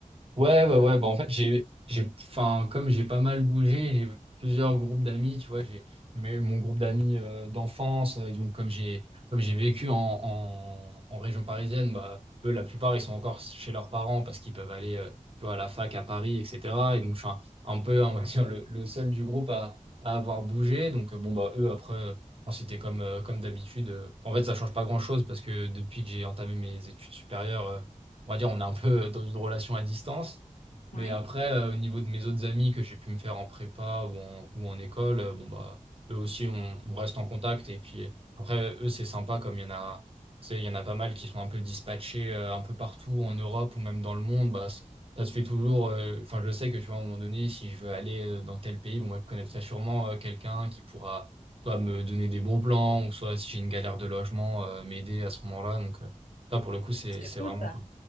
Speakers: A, on the right; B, on the left.
A: Ouais,
B: Ou,
A: ouais,
B: euh,
A: ouais. Bah, en fait, j'ai, j'ai, enfin, comme j'ai pas mal bougé, j'ai plusieurs groupes d'amis, tu vois. J'ai mais mon groupe d'amis euh, d'enfance. euh, et donc, comme j'ai, comme j'ai vécu en, en, en région parisienne, bah, eux, la plupart, ils sont encore chez leurs parents parce qu'ils peuvent aller, euh, tu vois, à la fac à Paris, etc. Et donc, je suis un, un peu, on va dire, le, le seul du groupe à, à avoir bougé. Donc, euh, bon, bah, eux, après, euh, enfin, c'était comme, euh, comme d'habitude. euh. en fait, ça change pas grand-chose parce que depuis que j'ai entamé mes études supérieures, euh, on va dire, on est un peu dans une relation à distance.
B: Oui,
A: Mais après, euh, au niveau de mes autres amis que j'ai pu me faire en prépa ou en, ou en école, euh, bon, bah, eux aussi, on, on reste en contact. Et puis euh, après, eux, c'est sympa comme il y en a, tu sais, il y en a pas mal qui sont un peu dispatchés euh, un peu partout en
B: Mm.
A: Europe ou même dans le monde. Bah, c- ça se fait toujours. euh, Enfin, je sais que tu vois, à un moment donné, si je veux aller euh, dans tel pays, bon, moi, je connaîtrai sûrement euh, quelqu'un qui pourra soit me donner des bons plans ou soit si j'ai une galère de logement, euh, m'aider à ce moment-là. Donc, euh, ça, pour le coup, c'est
B: c'est
A: c'est
B: cool
A: vraiment
B: ça.
A: cool.